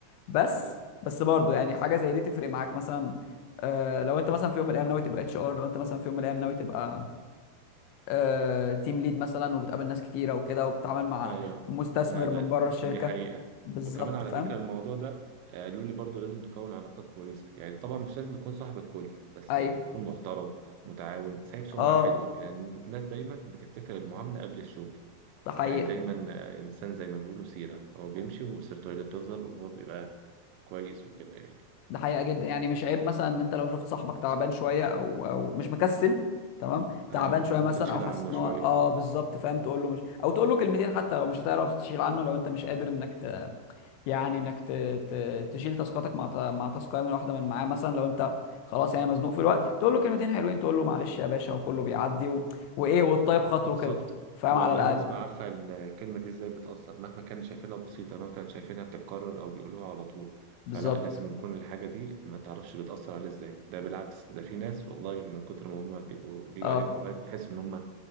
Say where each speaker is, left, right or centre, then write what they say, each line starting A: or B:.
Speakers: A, on the left (about 85°); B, on the right (about 85°).
A: بس
B: ايوه
A: بس برضو يعني حاجة زي دي تفرق معاك مثلا آه لو انت مثلا في يوم من الايام ناوي تبقى اتش ار لو انت مثلا في يوم من الايام ناوي تبقى آه تيم ليد مثلا وبتقابل ناس كتيرة وكده وبتتعامل مع
B: ايوه
A: مستثمر
B: لا لا
A: من بره الشركة
B: دي حقيقه
A: بالظبط
B: وكمان على
A: فاهم
B: فكره الموضوع ده آه، قالوا لي برضو لازم تكون علاقات كويسه يعني طبعا مش لازم تكون صاحب الكل بس
A: ايوه
B: آه، تكون محترم متعاون سايب سمعه
A: اه
B: حلوه كده يعني الناس دايما بتفتكر المعامله قبل الشغل
A: ده حقيقة
B: يعني دايما آه، انسان زي ما بيقولوا سيره هو بيمشي وسيرته هي اللي بتفضل وهو بيبقى كويس وكده يعني
A: ده حقيقة جدا يعني مش عيب مثلا ان انت لو شفت صاحبك تعبان شوية او او مش مكسل تمام تعبان
B: ايوه
A: شوية
B: ممكن
A: مثلا
B: تشيل
A: او حاسس
B: عنه
A: ان
B: شويه
A: هو اه
B: اه
A: بالظبط فاهم تقول له مش او تقول له كلمتين حتى لو مش هتعرف تشيل عنه لو انت مش قادر انك ت... يعني انك ت... ت... تشيل تاسكاتك مع ت... مع تاسكايه من واحدة من معاه مثلا لو انت خلاص يعني مزنوق في الوقت تقول له كلمتين حلوين تقول له معلش يا باشا وكله بيعدي و... وايه والطيب خاطره
B: بالظبط
A: كده فاهم
B: والله
A: على الاقل
B: الناس ما عارفه الكلمه دي ازاي بتاثر مهما كان شايفينها بسيطه مهما كان شايفينها بتتكرر او بيقولوها على طول
A: بالظبط
B: فلا لازم يكون الحاجه دي ما تعرفش بتاثر عليه ازاي ده بالعكس ده في ناس والله من كتر ما هم بيبقوا بيجي
A: اه
B: عليهم اوقات بيحس ان هم